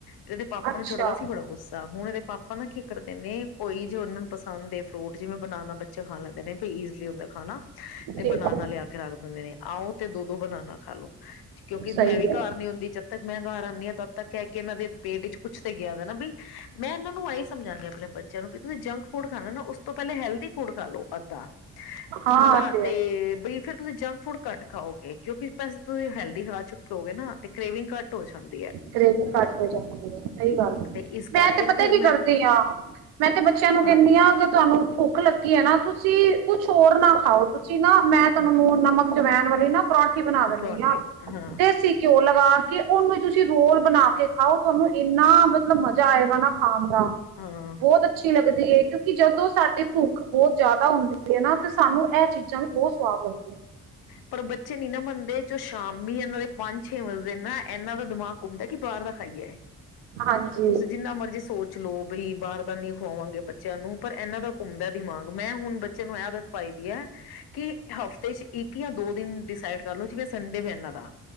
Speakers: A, on the left; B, on the right.
A: ਇਹਦੇ ਪਾਪਾ
B: ਅੱਛਾ
A: ਨੂੰ ਚੜਦਾ ਸੀ ਬੜਾ ਗੁੱਸਾ, ਹੁਣ ਇਹਦੇ- ਪਾਪਾ ਨਾ ਕੀ ਕਰਦੇ ਨੇ ਕੋਈ ਜੇ ਉਹਨਾਂ ਨੂੰ ਪਸੰਦ ਏ ਫਰੂਟ ਜਿਵੇਂ ਬਨਾਨਾ ਬੱਚੇ ਖਾ ਲੈਂਦੇ ਨੇ ਭੀ ਈਜਲੀ ਹੁੰਦਾ ਖਾਣਾ। ਤੇ
B: ਠੀਕ
A: ਬਨਾਨਾ
B: ਹੈ
A: ਲਿਆ ਕੇ ਰੱਖ ਦਿੰਦੇ ਨੇ। ਆਉ ਤੇ ਦੋ- ਦੋ ਬਨਾਨਾ ਖਾ ਲੋ ਕਿਉਂਕਿ ਮੈਂ
B: ਸਹੀ
A: ਵੀ
B: ਹੈ
A: ਘਰ ਨੀ ਹੁੰਦੀ ਜ- ਤਦ ਮੈਂ ਘਰ ਆਨੀ ਆ ਤਦ ਤੱਕ ਐਹ ਕੇ ਇਹਨਾਂ ਦੇ ਪੇਟ ਚ ਕੁਛ ਤੇ ਗਿਆ ਤਾਂ ਨਾ ਬਈ, ਮੈਂ ਇਹਨਾਂ ਨੂੰ ਆਹੀ ਸਮਝਾਉਂਦੀ ਆਪਣੇ ਬੱਚਿਆਂ ਨੂੰ ਕਿ ਤੁਸੀਂ ਜੰਕ ਫੂਡ ਖਾਣਾ ਨਾ ਉਸ ਤੋਂ ਪਹਿਲੇ ਹੈਲਦੀ ਫੂਡ ਖਾ ਲਓ ਅੱਧਾ।
B: ਹਾਂ
A: ਹਨਾ
B: ਅੱਜ।
A: ਤੇ ਬਈ ਫੇਰ ਤੁਸੀਂ ਜੰਕ ਫੂਡ ਘੱਟ ਖਾਓਗੇ ਕਿਉਂਕਿ- ਬਸ ਤੁਸੀਂ ਹੈਲਦੀ ਖਾ ਚੁੱਕੇ ਹੋਵੋਗੇ ਨਾ ਤੇ ਕਰੇਵਿੰਗ ਘੱਟ ਹੋ ਸਕਦੀ-
B: ਕਰੇਵਿੰਗ ਘੱਟ ਹੋ ਜਾਂਦੀ ਐ। ਸਹੀ ਗੱਲ ਐ।
A: ਤੇ ਇਸ
B: ਮੈਂ
A: ਕਰਕੇ
B: ਤੇ
A: ਨਾ
B: ਪਤਾ
A: ਫਿਰ
B: ਕੀ ਕਰਦੀ
A: ਮੈਂ
B: ਆ ਮੈਂ ਤੇ ਬੱਚਿਆਂ ਨੂੰ
A: ਹਾਂ
B: ਕਹਿਨੀ ਆ ਕੇ ਤੁਹਾਨੂੰ ਭੁੱਖ ਲੱਗੀ ਹੈ ਨਾ ਤੂੰ- ਤੁਸੀਂ ਕੁਛ ਹੋਰ ਨਾ ਖਾਓ ਤੁਸੀਂ- ਤੁਸੀ ਨਾ ਮੈਂ ਤੁਹਾਨੂੰ
A: ਹਮ
B: ਨੂੰਨ ਨਮਕ- ਜਵੈਣ ਵਾਲੀ ਨਾ ਪਰੌਂਠੀ- ਪਰੌਂਠੇ ਬਣਾ ਦਿੰਨੀ
A: ਪਰੌਂਠੇ
B: ਆ
A: ਹਾਂ
B: ਦੇਸੀ ਘਿਓ ਲਗਾ ਕੇ ਕੇ ਉਹਨੂੰ ਹੀ ਤੁਸੀਂ- ਤੁਸੀਂ ਰੋਲ ਬਣਾ ਕੇ ਖਾਓ ਤੁਹਾਨੂੰ ਇੰਨਾ ਮਤਲਬ ਮਜ਼ਾ ਆਏਗਾ ਨਾ ਖਾਣ- ਹਾਂ
A: ਹਾਂ
B: ਬਹੁਤ ਅੱਛੀ ਲੱਗਦੀ ਤੇ ਕਿਉਂਕਿ ਜਦੋਂ ਸਾਡੇ ਭੁੱਖ ਬਹੁਤ ਜ਼ਿਆਦਾ ਹੁੰਦੀ ਹੈ ਨਾ ਤੇ ਸਾਨੂੰ ਇਹ ਚੀਜ਼ਾਂ ਵੀ ਬਹੁਤ ਸਵਾਦ ਲੱਗਦੀਆਂ
A: ਪਰ ਬੱਚੇ ਨੀ ਨਾ ਮੰਨਦੇ ਜੋ ਸ਼ਾਮੀ ਇਹਨਾਂ ਦੇ ਪੰਜ ਛੇ ਵਜਦੇ ਨਾ ਇਹਨਾਂ ਦਾ ਦਿਮਾਗ ਘੁੰਮਦਾ ਕਿ ਬਾਹਰ ਦਾ ਖਾਈਏਏ
B: ਹਾਂਜੀ
A: ਤੁਸੀਂ ਜਿੰਨਾ ਮਰਜੀੀ ਸੋਚ ਲੋਓ ਬਈ ਬਾਹਰ ਦਾ ਨੀ ਖਵਾਵਾਂਗੇ ਬੱਚਿਆਂ ਨੂੰ ਪਰ ਇਹਨਾਂ ਦਾ ਘੁੰਮਦਾ ਦਿਮਾਗ ਮੈਂ ਹੁਣ ਬੱਚੇ ਨੂੰ ਇਹ ਆਦਤ ਪਾਈ ਦੀ ਹੈ ਕਿ ਹਫ਼ਤੇ ਚ ਕਿ ਆ ਦੋ ਦਿਨ ਡਿਸਾਈਡ ਕਰਲੋ ਜਿਵੇਂ ਸੰਡੇ ਵੀ ਇਹਨਾਂ ਦਾ